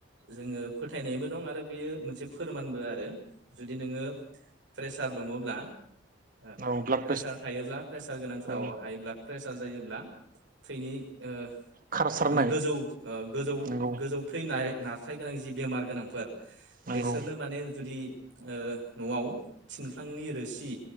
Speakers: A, on the right; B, on the right.
A: जोङो फोथायनायबो दं आरो बेयो मोनसे फोरमानबो आरो जुदि नोङो प्रेसार दङब्ला। ओ
B: औ ब्लाड
A: प्रेसार थायोब्ला प्रेसार गोनांफोराव
B: औ
A: हाइब्ला प्रेसार जायोब्ला थैनि ओ
B: खारसारनाय
A: माने गोजौ ओ गोजौ
B: नंगौ
A: गोजौ थैनाय नारथाइ गोनां जि बेमार गोनांफोर
B: नंगौ
A: बेसोरनो माने जुदि ओ न'आव थिनख्लांनि रोसि